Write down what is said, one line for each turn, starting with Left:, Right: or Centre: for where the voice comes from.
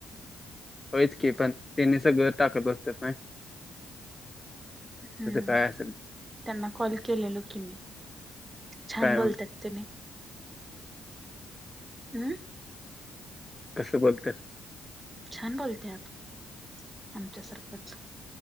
Left: होच की पण त्यांनी सगळं टाकत बसतात नाही.
Right: हम्म.
Left: काय असेल ते,
Right: त्यांना कॉल केलेलो की मी छान
Left: काय
Right: बोलत्यात.
Left: म्हण
Right: तेनी, अं?
Left: कसं बोलत्यात?
Right: छान बोलत्यात आमच्या सारखंच.